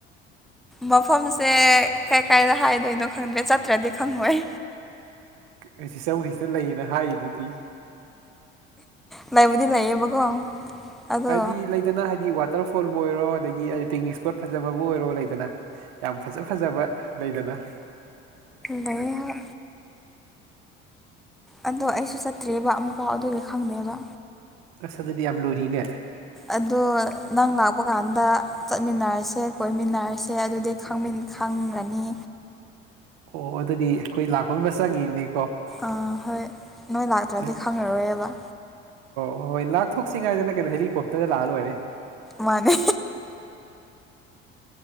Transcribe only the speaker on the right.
ꯑꯩ ꯁꯤꯁꯇꯔ ꯍꯧꯖꯤꯛꯇ ꯂꯩꯌꯦꯅ ꯍꯥꯏꯒꯤꯗꯨꯗꯤ
ꯍꯥꯏꯗꯤ ꯂꯩꯗꯅ ꯍꯥꯏꯗꯤ ꯋꯥꯠ ꯋꯥꯇꯔ ꯐꯣꯜꯕꯨ ꯑꯣꯏꯔꯣ ꯑꯗꯒꯤ ꯍꯥꯏꯗꯤ ꯄꯤꯛꯅꯤꯛ ꯏꯁꯄꯣꯠ ꯐꯖꯕꯕꯨ ꯑꯣꯏꯔꯣ ꯂꯩꯗꯅ ꯌꯥꯝ ꯐꯖ ꯐꯖꯕ ꯂꯩꯗꯅꯥ
ꯑꯁ ꯑꯗꯨꯗꯤ ꯌꯥꯝ ꯂꯨꯔꯤꯅꯦ
ꯑꯣ ꯑꯗꯨꯗꯤ ꯑꯩꯈꯣꯏ ꯂꯥꯛꯄꯃ ꯆꯪꯉꯤꯅꯦ
ꯁꯤ-
ꯑꯣ ꯍꯣꯏ ꯂꯥꯛꯊꯣꯛꯁꯤꯉꯥꯏꯗꯅ ꯀꯩꯅꯣ ꯍꯦꯂꯤꯀꯣꯞꯇꯔꯗ ꯂꯥꯛꯑ ꯂꯣꯏꯔꯦ